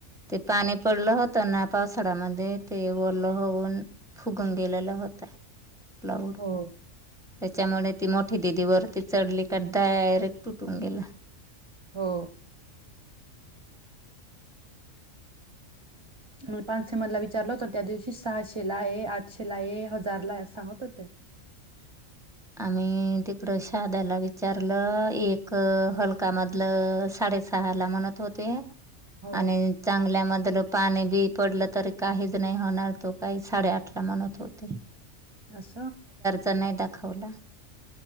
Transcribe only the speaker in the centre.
ते पाणी पडलं होतं ना पावसाळ्यामध्ये ते ओलं होऊन फुगून गेलेल होत. प्लाऊड
त्याच्यामुळे ती मोठी दिदी वरती चढली तर डायरेक्ट तुटून गेला
आम्ही तिकडं शहाद्याला विचारलं एक हलका मधलं साडेसहा ला म्हणत होते.
आणि चांगल्यामध्ये लं पाणी बी पडलं तरी काहीच नाही होणार तो काही साडेआठ ला म्हणत होती
त नाही दाखवला